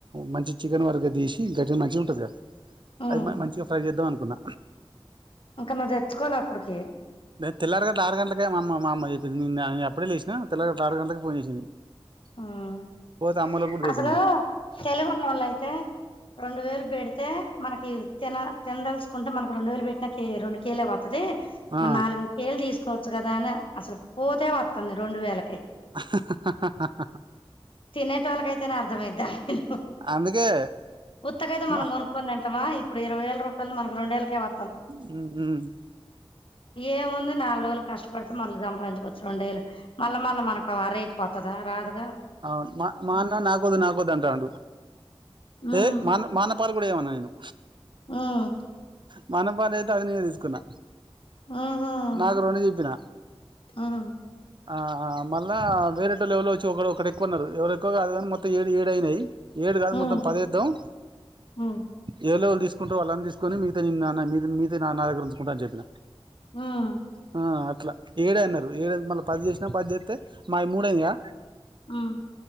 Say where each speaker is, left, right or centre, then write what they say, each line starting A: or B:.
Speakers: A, on the right; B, on the left.
A: మంచి చికెన్ వరకు తీసి గట్టిగా మంచిగా ఉంటుందికా
B: ఉమ్
A: ఆహ్ మ మంచిగా ఫ్రై చేద్దామనుకున్న
B: ఇంకా నువ్వు తెచ్చుకోవాలి అప్పటికి
A: నే తెల్లారిగట్ల ఆరు గంటలక మా అమ్మ మామ్మ చెప్పింది నేనప్పుడే లేసినా తెల్లరగట్ల ఆరు గంటలకె ఫోన్ చేసింది
B: ఆహ్
A: పోతే అమ్మోళ్ళకు కూడా తెద్దును
B: అసలు
A: మరి
B: తెలివున్నోళ్లు అయితే రెండువేలు పెడితే మనకు తిన తినదలుసుకుంటే మనకి రెండు వేలు పెట్టిన కే రెండు కేేలే వస్తది
A: ఆ
B: మరి నాలుగైదు కేజీలు తీసుకోవచ్చు కదా అని అసలు పోతే వస్తుంది రెండు వేలకి
A: ఆహ్ ఆహా ఆహ్
B: తినేటోళ్లకైతేనే అర్థమైతది
A: అందుకే
B: ఉత్తకైతే మనం
A: మా
B: కొనుక్కొని తింటామా ఇప్పుడు ఇరవైవేల రూపాయలు మనకి రెండేళ్లకే వ
A: ఉ
B: ఏముంది నాలుగు రోజులు కష్టపడితే మళ్ళీ సంపాదించుకోవచ్చు రెండు వేలు మళ్ళా మళ్ళా మనకు ఆ రేట్ కొత్తదా రాదు
A: అవును మా మా అన్న నాకొద్దు నాకొద్దు అంటండు
B: ఉమ్
A: ఏ మాఅన్న మాఅన్న పాలు కూడా ఇయ్యమన్నా నేను
B: ఉమ్
A: మా అన్న పాలయితే అది నేనే తీసుకున్నా
B: ఉహు
A: నాకు రొండు చెప్పిన
B: హ్మ్
A: ఆ మళ్ళ వేరేటోల్లు ఎవళ్ళో వచ్చి ఒక ఒకరు ఎక్కువ అన్నారు ఎవరెక్కువ కాదు కానీ మొత్తం ఏడు ఏడయినాయి ఏడు కాదు
B: హ్మ్
A: మొత్తం పదేద్దాం
B: హ్మ్
A: ఏవళ వాళ్ళు తీసుకుంటారు వాళ్ళని తీసుకు కొని మిగతా నా మిగతా నా దగ్గర ఉంచుకుంట అని చెప్పిన
B: ఉమ్
A: ఆ అట్లా ఏడే అన్నారు ఏడే ఏంది మళ్ళీ పది చేసినా పది చేస్తే మా మూడు అయినాయ
B: ఉమ్